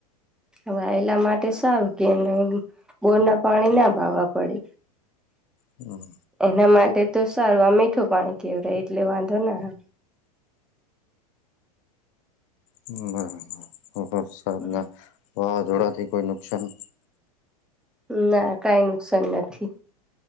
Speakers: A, in the centre; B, on the left.
A: વાયેલા માટે સારું કે એને એમ બોરના પાણી ના પાવા પડે.
B: હમ
A: એના માટે તો સારું આ મીઠું પાણી કેવર એટલે વાંધો ના આવે.
B: હમ બરોબર વરસાદના
A: આવે
B: વાવાઝોડાથી કોઈ નુકસાન?
A: ના કાઈ નુકસાન નથી.